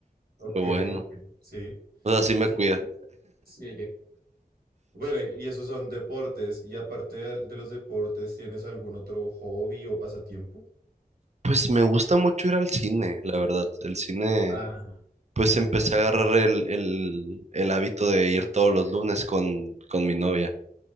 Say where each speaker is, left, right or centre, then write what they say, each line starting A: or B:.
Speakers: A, on the right (about 75°); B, on the right (about 45°).
A: Ok,
B: lo bueno.
A: ok, sí.
B: O sea, sí me
A: Oye,
B: cuida.
A: Sí. bueno, y y esos son deportes. Y aparte de, de los deportes, ¿tienes algún otro hobby o pasatiempo?
B: Pues me gusta mucho ir al cine, la verdad. El cine,
A: Ah,
B: pues
A: a mí
B: empecé
A: me encanta.
B: a agarrar el, el, el hábito de ir todos los lunes con, con mi novia.